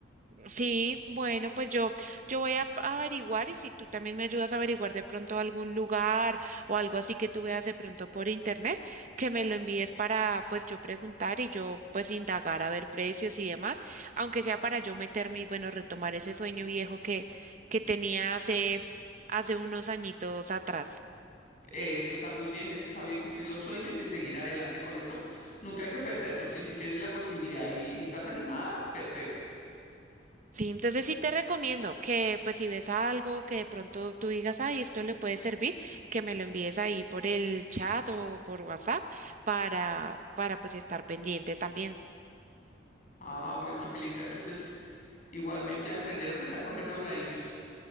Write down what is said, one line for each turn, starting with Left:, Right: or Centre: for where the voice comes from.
Right: Sí, bueno, pues yo, yo voy a averiguar y si tú también me ayudas a averiguar de pronto algún lugar o algo así que tú veas de pronto por internet, que me lo envíes para pues yo preguntar y yo pues indagar a ver precios y demás, aunque sea para yo meterme y bueno, retomar ese sueño viejo que, que tenía hace, hace unos añitos atrás.
Left: eh, eso está muy bien, eso está bien, cumplir los sueños y seguir adelante con eso. Nunca hay que perderlos. Y si tienes la posibilidad y, y estás animada, perfecto.
Right: Sí, entonces sí te recomiendo que pues si ves algo que de pronto tú digas, ay, esto le puede servir, que me lo envíes ahí por el chat o por WhatsApp para, para pues estar pendiente también.
Left: Ah, bueno, Angelita, entonces igualmente aprendieron que sea a coger dobladillos.